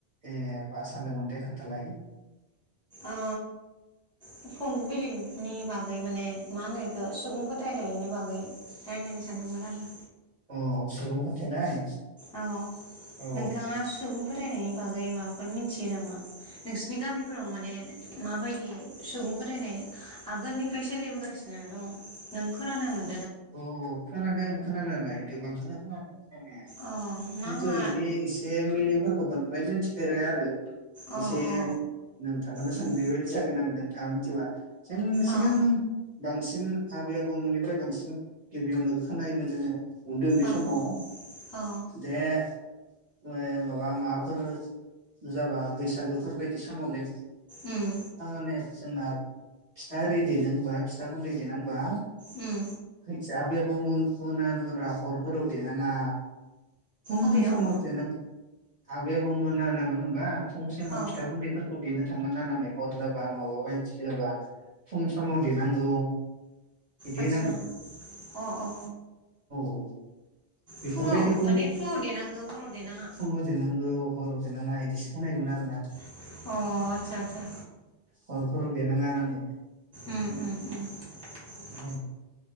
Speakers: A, on the right; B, in the centre.
A: ए मा सों सानदोंमोन दे खोन्थालाय
B: आ फक बिलिबनि बागै माने मा होनो इखो सुबुं फोथायनायनि बागै रायलायनो सानदोंमोन आरो।
A: अ स सुबुं फोथायनाय?
B: औ
A: औ
B: नोंथाङा सुबुं फोथायनायनि बागै माबाफोर मिथियो नामा? नोंसिनि गामिफोराव माने माबायदि सुबुं फोथायनाय आगोलनिफ्राय सोलिबोगासिनो दं? नों खोनानो मोन
A: औ औ खोनादों खोनानायालाय गोबांखोनो खोनादों खोनानाया।
B: अ मा
A: खिनथु
B: मा
A: इदि एसे मि फोरखौ बांद्राय मिथिदेराया आरो।
B: अ
A: एसे
B: अ
A: नोंथांखोनो
B: उम
A: सोंनाय बायदि जागोन आङो नों दाबो जोबा? जों सिगां
B: अ
A: बांसिन आबै आबौमोननिफ्राय बांसिन गिबियावनो खोनायोमोन जोङो। उन्दै उन्दै
B: औ
A: समाव
B: औ
A: दे ओ माबा माबाफोर जाबा बैसागोफोर बायदि समावलै।
B: उम
A: आं माने जोंना फिथा एरि देनांगोबा फिथा गुन्दै देनांबा
B: उम।
A: जोहा आबैया बुङोमोन <unintelligible> हरफोराव देनाङा। फुं
B: अबेयाव
A: समाव देनांग आबैया बुंमोन आरोना मोन होमबा। फुं सेमाव
B: औ
A: फिथा गुन्दैफोरखौे देनो थाख थांनाङा नालाय हर जाबा माबा बायदि जाबा फुं समाव देनांगौ। बिदि
B: आतसा।
A: होनामोन
B: अ अ
A: <inaudible> बेफोरबायदिखौ
B: फुङाव माने फुङाव देनांगौ
A: <inaudible>
B: हराव देनाङा
A: सुङाव देनांगौ हराव देरनाङा इद बिसो नायमोन आरोना।
B: अ आत्सा आत्सा।
A: हरफोराव <inaudible>
B: उम उम उम।
A: उम